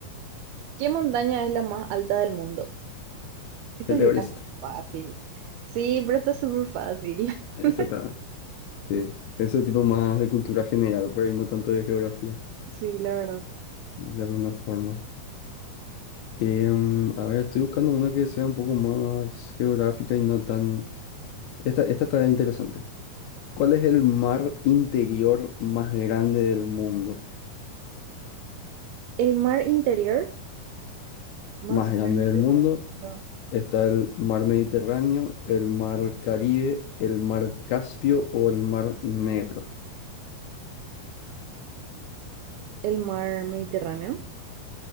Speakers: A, on the right; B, on the left.
A: ¿Qué montaña es la más alta del mundo? Esta
B: El
A: sí
B: Everest.
A: está fácil. Sí, pero está súper fácil. <laughs>
B: Exactamente. Sí, eso tipo más de cultura general, por ahí no tanto de geografía,
A: Sí, la verdad.
B: de alguna forma. Em, a ver, estoy buscando una que sea un poco más geográfica y no tan... Esta, esta está interesante. ¿Cuál es el mar interior más grande del mundo?
A: El mar interior más
B: Más
A: grande
B: grande del mundo
A: del mundo.
B: está el mar Mediterráneo, el mar Caribe, el mar Caspio o el mar Negro.
A: El mar Mediterráneo,